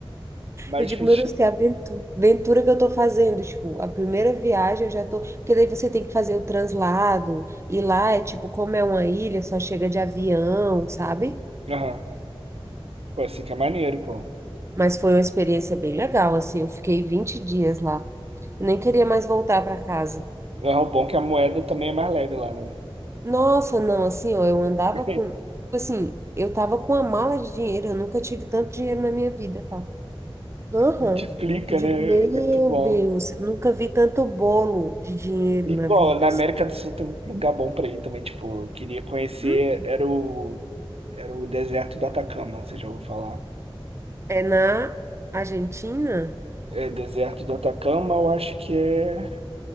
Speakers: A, on the right; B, on the right.
A: mais
B: Eu digo,
A: difícil.
B: meu Deus, que aventura, aventura que eu tô fazendo. Tipo, a primeira viagem eu já tô. Porque daí você tem que fazer o translado, e lá é tipo, como é uma ilha, só chega de avião, sabe?
A: Aham. Pô, assim que é maneiro, pô.
B: Mas foi uma experiência bem legal, assim, eu fiquei 20 dias lá. Eu nem queria mais voltar para casa.
A: É o bom é que a moeda também é mais leve lá, né?
B: Nossa, não, assim, ó, eu andava
A: <laughs>
B: com, tipo assim, eu tava com uma mala de dinheiro, eu nunca tive tanto dinheiro na minha vida, tá? Aham.
A: Multiplica,
B: Eu digo,
A: né?
B: meu
A: Muito bom.
B: Deus, eu nunca vi tanto bolo de dinheiro
A: E,
B: na
A: bom,
B: vida.
A: na
B: assim.
A: América do Sul tem muito lugar bom pra ir também. Tipo, eu queria conhecer,
B: Hum?
A: era o, era o deserto do Atacama, você já ouviu falar?
B: É na Argentina?
A: É, deserto do Atacama, eu acho que é